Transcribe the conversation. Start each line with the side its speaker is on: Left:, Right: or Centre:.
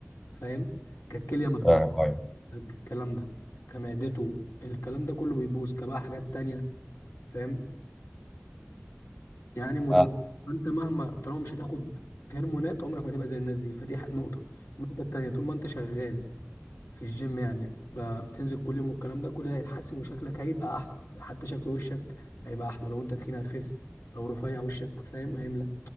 Left: فاهم كالكلية متدمرة
Centre: فاهم ايوه
Left: الكلام ده كمعدته الكلام ده كله بيبوظ كبقى حاجات تانية فاهم يعني مضر
Centre: آه،
Left: فانت مهما طالما مش هتاخد هرمونات عمرك ما تبقى زي الناس دي فدي ح- نقطة النقطة التانية طول ما انت شغال في الجيم يعني ب- بتنزل كل يوم والكلام ده كل ده هيتحسن وشكلك هيبقى احلى حتى شكل وشك هيبقى احلى لو انت تخين هتخس لو رفيع وشك فاهم هيملى